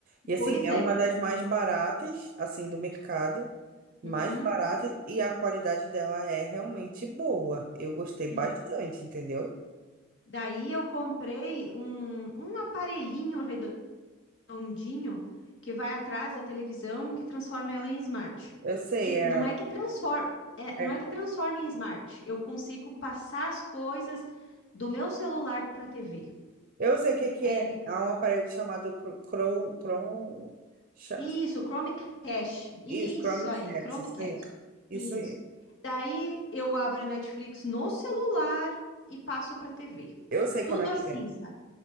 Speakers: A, on the right; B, on the left.
A: E assim,
B: pois
A: é
B: é.
A: uma das mais baratas, assim, do mercado, mais
B: Uhum,
A: barata e a qualidade dela é realmente boa. Eu gostei bastante,
B: é.
A: entendeu?
B: Daí eu comprei um, um aparelhinho redondinho que vai atrás da televisão que transforma ela em smart.
A: Eu sei,
B: Que
A: é,
B: não é que transforma, é,
A: é
B: não é que transforma em smart. Eu consigo passar as coisas do meu celular para a TV.
A: Eu sei o que que
B: É,
A: é. Há um aparelho chamado Cro- Chrome, Chrome, cha-
B: isso, Chromecast. Isso
A: isso, Chrome
B: aí,
A: Chat,
B: Chromecast.
A: isso aí. Isso
B: Isso.
A: aí.
B: Daí eu abro a Netflix no celular e passo para a TV.
A: Eu sei como
B: Tudo
A: é que
B: assim,
A: é.
B: sabe?